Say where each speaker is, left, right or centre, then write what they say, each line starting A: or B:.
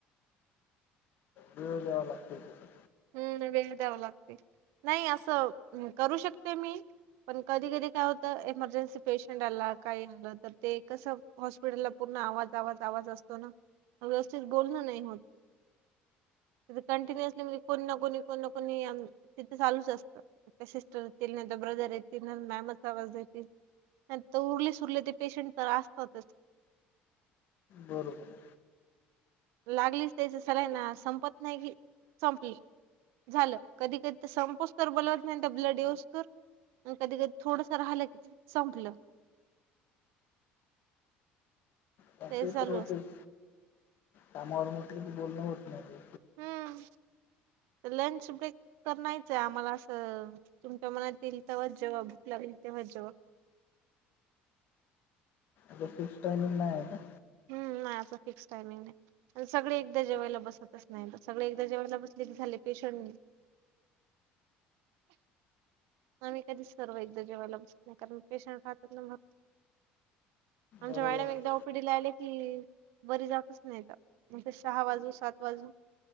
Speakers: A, on the left; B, on the right.
A: देेळववा लागतील त
B: हम्म वेळ द्यावा लागते नाही असं करू शकते मी पण कधी कधी काय होत एमर्जन्सी पेशंट आला काही आलं तर ते कसं हॉस्पिटलला पूर्ण आवाज आवाज आवाज असतो ना व्यवस्थित बोलणं नाही होत तिथे कंटिन्युअसली म्हणजे कोणी ना कोणी कोण ना कोणी तिथं चालूच असतं सिस्टर येतील न तर ब्रदर येतील मॅमच आवाज येतील तर उरले सुरले ते पेशंट तर असतातच
A: बरोबर.
B: लागलीच त्याच सला ना संपत नाही की संपली. झालं कधी कधी तर संपच तर बोलवत नाही तर ब्लड येऊस तर कधी कधी थोडस राहिलं की संपलं.
A: त्या
B: ते चालू
A: तर होतेच
B: असत.
A: कामावर म्हटलं की बोलणं होत नाही.
B: हम्म लंच ब्रेक तर नाहीयचं आहे आम्हाला असं. तुमच्या मनात येईल तेव्हा जेव्हा बुक लागेल तेव्हा जेव्हा
A: अ फिक्स ट्रानिंग नाही आहे का
B: हम्म नाही याचा फिक्स टाइमिंग नाही सगळे एकदा जेवायला बसतच नाही सगळे एकदा जेवायला बसले की झाले पेशंट आम्ही कधीच सर्व इद जेवायला बसत नाही कारण पेशंट राहतात नाघ आमच्या
A: बरोबर
B: मॅडम
A: आहे.
B: एकदा ओकडीला आले की बरी जातच नाही तर म्हणजे सहा वाजू सात वाजू